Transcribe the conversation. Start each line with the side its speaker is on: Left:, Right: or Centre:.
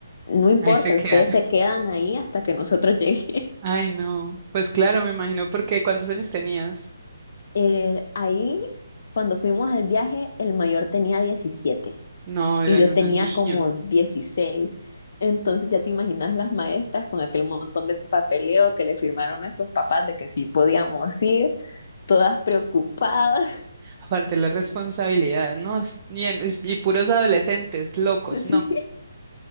Left: no importa,
Right: Ahí se quedan.
Left: ustedes
Right: <laughs>
Left: se quedan ahí hasta que nosotros lleguemos. <laughs>
Right: Ay, no. Pues claro, me imagino porque ¿cuántos años tenías?
Left: Eh, ahí, cuando fuimos al viaje, el mayor tenía diecisiete.
Right: No, eran
Left: y yo
Right: unos
Left: tenía
Right: niños.
Left: como dieciséis Entonces ya te imaginas las maestras con aquel montón de papeleo que le firmaron nuestros papás de que sí podíamos ir, todas preocupadas.
Right: Aparte la responsabilidad, ¿no? Es- Y, en- es- y puros adolescentes locos,
Left: <laughs> ¿sí?
Right: ¿no?